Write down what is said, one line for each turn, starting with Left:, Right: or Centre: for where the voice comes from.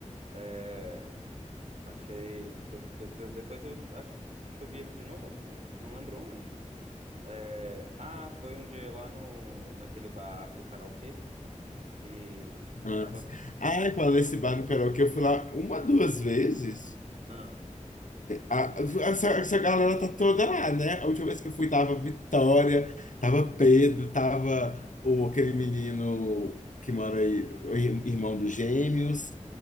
Right: É, achei. de- de- depois eu acho que eu vi ele de novo, não lembro onde. É, ah, foi um dia lá no, naquele bar do karaokê e
Left: Mas-
Right: ele tava.
Left: Ai, falando nesse bar no karaokê, eu fui lá uma, duas vezes.
Right: Ah,
Left: A- essa, essa galera tá toda lá, né? A última vez que eu fui tava Vitória, tava Pedro, tava o, aquele menino que mora aí, o ir- irmão dos gêmeos.